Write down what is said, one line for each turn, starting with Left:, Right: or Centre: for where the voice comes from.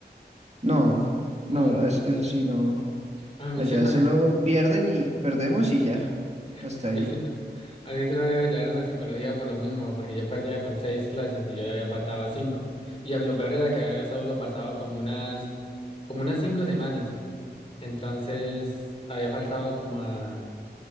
Right: no,
Left: ¿no?
Right: no, es- eso sí, no.
Left: A mí
Right: Allá
Left: sí <laughs>
Right: solo pierden y perdemos y ya.
Left: <laughs>
Right: Hasta
Left: A
Right: ahí.
Left: mí, sí- <laughs> a mí sí una vez me llevaron a psicología por lo mismo, porque yo perdía con seis clases y yo ya había faltado a cinco. Y lo peor era que había solo pasado como unas, como unas cinco semanas. Entonces había faltado como a,